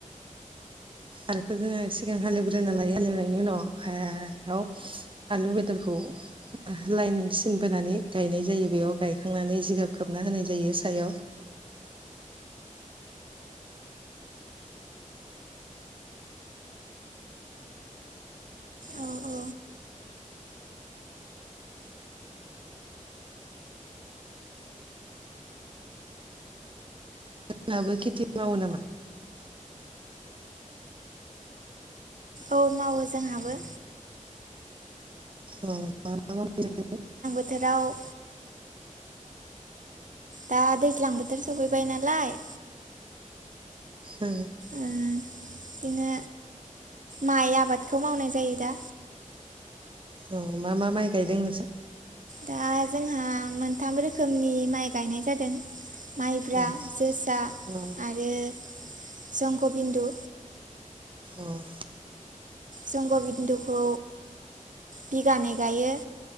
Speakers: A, on the right (about 40°); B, on the right (about 70°).
A: आलुखौ जोङो सिगां हालेवग्रोना लायो हालेवनायनि उनाव हायाव आलु बेदरखौ लाइन सिन बोनानै गायनाय जायो बेयाव गायखांनानै जिगाब खोबना होनाय जायो सायाव।
B: औ औ
A: नोंथांमोनहाबो खेथि मावो नामा?
B: औ मावो जोंहाबो।
A: अ। मा मा मावनाय जयो?
B: थोराव दा दैज्लां बोथोर सफैबाय नालाय
A: ओ
B: ओ बिदिनो माइ आबादखौ मावनाय जायो दा
A: औ मा मा माइ गायदों नोंसा?
B: दा जोंहा मोनथाम रोखोमनि माइ गायनाय जादों माइब्रा
A: अ
B: जोसा
A: अ
B: आरो संग'बिन्दु
A: उम
B: जंग'बिन्दुखौ बिगानै गायो